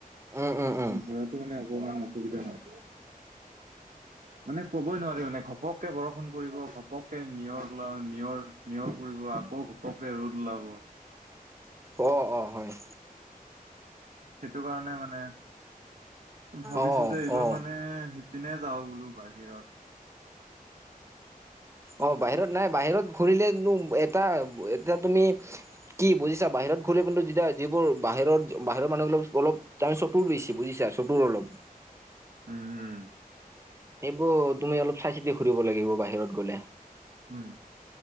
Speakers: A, on the right; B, on the right.
A: উম উম উম
B: ঘূৰাটো মানে অকমান অসুবিধা হয়। মানে কবই নোৱাৰি মানে ঘপককে বৰষুণ পৰিব, ঘপককে নিয়ৰ ওলা নিয়ৰ-নিয়ৰ পৰিব আকৌ ঘপকে ৰ'দ ওলাব।
A: অ-অ! হয়।
B: সেইটো কাৰণে মানে ভাবিছো
A: অ
B: যে এইবাৰ
A: অ
B: মানে ইপিনে যাওঁ বোলো বাহিৰত।
A: অঁ বাহিৰত নাই বাহিৰত ঘূৰিলেনো এ তাত এতিয়া তুমি কি বুজিছা বাহিৰত ঘূৰিলে কিন্তু যেতিয়া যিবোৰ বাহিৰত বাহিৰৰ মানুহবিলাক অলপ তাৰ চতুৰ বেছি বুজিছা চতুৰ অলপ।
B: উম-উম।
A: এইবোৰ তুমি অলপ চাই চিতি ঘূৰিব লাগিব বাহিৰত গ'লে।
B: উম!